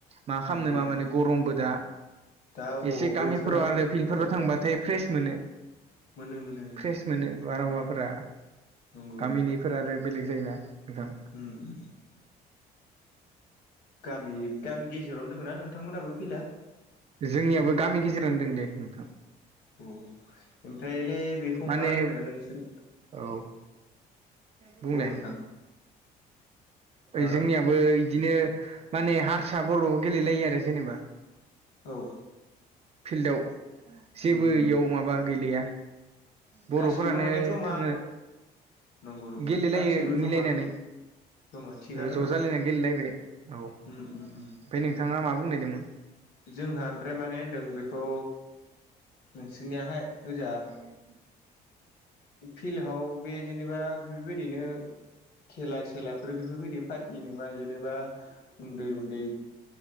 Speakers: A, on the right; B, on the left.
A: मा खालामनो
B: नंगौ
A: मा
B: नोंथां
A: मानो गरमबो दा।
B: दा
A: एसे
B: अ
A: गामिफोराव
B: बोथोराबोथ'
A: आरो फिल्डफोराव
B: गरम
A: थांबाथाय फ्रेस मोनो।
B: मोनो मोनो
A: फ्रेस मोनो बारहावाफोरा
B: नंगौ
A: गामिनि बेफोर आरो बेलेग जायोना नोंथां।
B: उम गामि गामि गेजेरावनो दोङो ना नोंथांमोननाबो फिला?
A: जोंनियाबो गामि गेजेरावनो दं दे नोंथां।
B: औ ओमफ्रायलाय बेखौ
A: माने
B: मा होनो नोंसोर
A: औ बुंनाय
B: बुं नोंथां
A: ओ
B: हो
A: जोंनियाबो इदिनो माने हारसा बर' गेलेलायो आरो जेनेबा।
B: औ
A: फिल्डआव जेबो
B: उम
A: इयाव माबा गैलया। बर'फोरानो
B: गासिबो माने जमा
A: थाङो।
B: नंगौ नंगौ
A: गेलेलायो
B: गासिबो जमा
A: मिलायनानै।
B: जमा थिगानो
A: ओ ज'
B: दं
A: जालायना गेलेलायबाय औ ओमफ्राय
B: उम उम उम
A: नोंथाङा मा बुंनो नागिरदोंमोन?
B: जोंहा ओमफ्राय माने होनदों बेखौ नोंसोरनियाहाय होजा
A: <unintelligible>
B: फिल्डआव बे जेनेबा बेफोरबायदिनो खेला सेलाफोर बेफोरबायदि फाटियो नामा जेनेबा उन्दै उन्दै